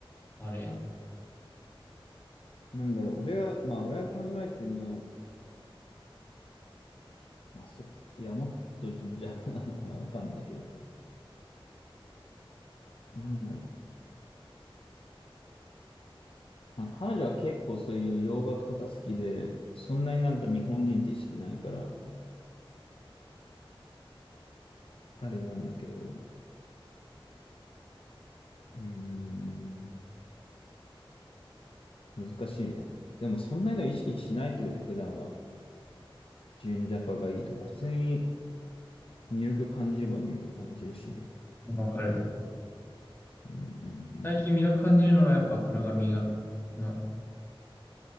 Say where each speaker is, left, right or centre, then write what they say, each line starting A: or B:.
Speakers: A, on the left; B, on the left.
A: あるや
B: なんだろう、俺は、まあ俺は考えてんの、まあそ、いや、もっと神社派なのかな、わかんないけど。なんだろう。まあ彼女は結構そういう洋楽とか好きで、そんなになんか日本人って意識ないから、あれなんだけど、うーん、難しいね。でもそんなの意識しないけどね、普段は。純ジャパがいいとか、普通に魅力感じれば魅力感じるしね。
A: ん。わかる。
B: うんう
A: 最近魅力感じるのはやっぱ黒髪が、
B: ん
A: の